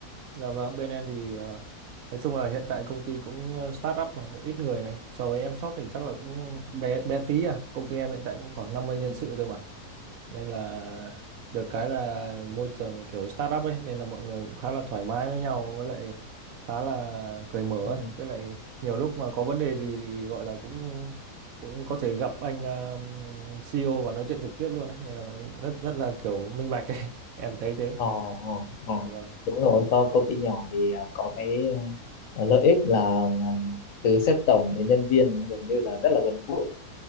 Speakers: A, on the right; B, on the left.
A: Dạ vâng, bên em thì ờ, nói chung là hiện tại công ty cũng ờ, start up mà cũng ít người mà anh. So với em shop thì chắc là cũng bé bé tí à. Công ty em hiện tại cũng khoảng 50 nhân
B: ừ.
A: sự thôi mà. nên là được cái là môi trường kiểu startup ấy nên là mọi người cũng khá là thoải mái với nhau với lại khá là cởi mở
B: Ừ.
A: ấy với lại nhiều lúc mà có vấn đề gì thì gọi là cũng cũng có thể gặp anh um, CEO và nói chuyện trực tiếp luôn ấy nên là rất rất là kiểu minh bạch ấy <laughs> em thấy thế
B: Ờ, ờ, ờ.
A: Dạ vâng
B: đúng rồi co- công ty nhỏ thì à, có cái à, lợi ích là à, từ sếp tổng đến nhân viên nó gần như là rất là gần gũi